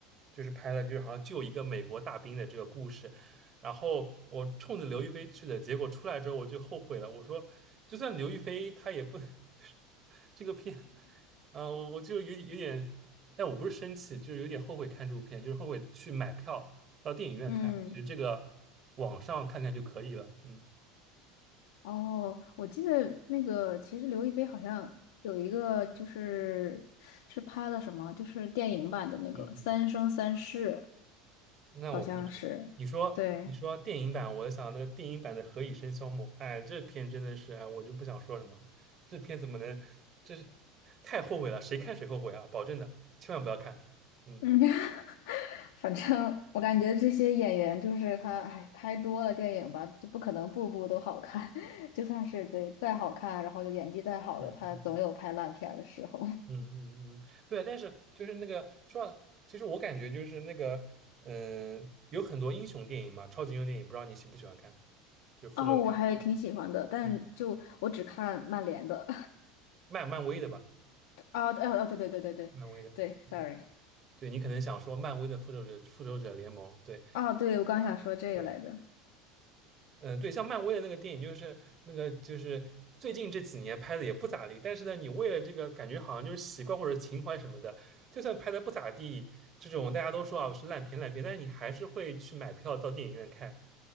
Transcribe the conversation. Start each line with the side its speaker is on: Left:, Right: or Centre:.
Right: 就是拍了就是好像救一个美国大兵的这个故事，然后我冲着刘亦菲去的，结果出来之后我就后悔了，我说就算刘亦菲她也不 <laughs> 这个片啊，我我就有有点，但我不是生气，就是有点后悔看这部片，就是后悔去买票。到电影院看，
Left: <laughs> 嗯，
Right: 其实这个网上看看就可以了。嗯
Left: 哦，我记得那个，其实刘亦菲好像有一个，就是是拍了什么？就是电影版的那个《三生三世》。
Right: 嗯嗯，那我不知道。
Left: 好像是，
Right: 你说你说电影版，
Left: 对。
Right: 我就想到那个电影版的《何以笙箫默》，哎，这片真的是，哎，我就不想说什么了这片怎么能，这是太后悔了，谁看谁后悔啊！保证的，千万不要看。嗯
Left: 嗯，<laughs> 反正我感觉这些演员就是他，哎，拍多了电影吧，就不可能部部都好看。<laughs> 就算是对再好看，然后就演技再好的，
Right: 嗯嗯
Left: 他总有拍烂片儿的时候。<laughs>
Right: 嗯嗯嗯，对。但是就是那个说到其实我感觉就是那个，嗯、有很多英雄电影嘛，超级英雄电影，不知道你喜不喜欢看，就复仇者联盟，
Left: 哦，我还挺喜欢的，但就我只看曼联的。
Right: 嗯，漫漫威的吧。
Left: <laughs> 啊，对，哦，对对对对对对
Right: 漫威的，
Left: s
Right: 嗯
Left: o r r y
Right: 对你可能想说漫威的复仇者复仇者联盟，对
Left: 啊，对，我刚想说这个来着。
Right: 对，嗯对，像漫威的那个电影，就是那个就是最近这几年拍的也不咋地，但是呢，你为了这个感觉好像就是习惯或者情怀什么的，就算拍的不咋地，这种大家都说啊是烂片烂片，但是你还是会去买票到电影院看，